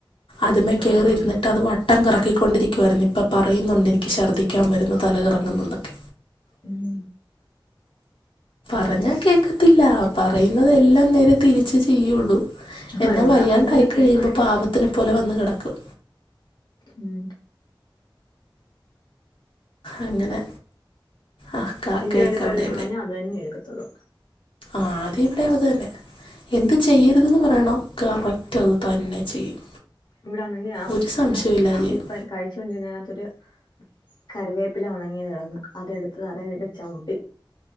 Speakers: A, on the left; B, on the left.
A: അതിമേ
B: ആഹ്
A: കേറി ഇരുന്നിട്ട് അത് വ ട്ടം കറക്കിക്കൊണ്ടിരിക്കുവായിരുന്നു ഇപ്പം പറയുന്നുണ്ട് എനിക്ക് ഛദ്ദിക്കാൻ വരുന്നു തലകറങ്ങുന്നുന്നൊക്കെ.
B: ഉം
A: പറഞ്ഞ കേക്കത്തില്ല പറയുന്നതെല്ലാം നേര തിരിച്ച് ചെയ്യൊള്ളൂ എന്നാ
B: ആ എവിടാ
A: വയ്യാണ്ടായി
B: പറഞ്ഞ കേക്കുന്നെ
A: കഴിയുമ്പോ പാവത്തിനെ പോലെ വന്ന കടക്കും.
B: ഉം
A: അങ്ങനെ ആ കാക്കയൊക്കെ
B: ഇത് എട്ക്കര്തെന്ന്
A: അവിടെ
B: പറഞ്ഞാ അതെന്നെ എട്ക്കത്തൊള്ളൂ.
A: ആദ്യ വടെ അതെന്നെ എന്ത് ചെയ്യര്തെന്ന് പറയണോ കറക്റ്റ് അത് തന്നെ ചെയ്യും.
B: ഇവട <unintelligible>
A: ഒരു സംശയമില്ല ചെയ്യും
B: ഇപ്പൊ കഴിച്ചോണ്ടിര്ന്നേ നകത്തൊര് കറിവേപ്പില ഒണങ്ങിയത <unintelligible> അതെട്ത്ത് തറേല്ട്ട് ചവ്ട്ടി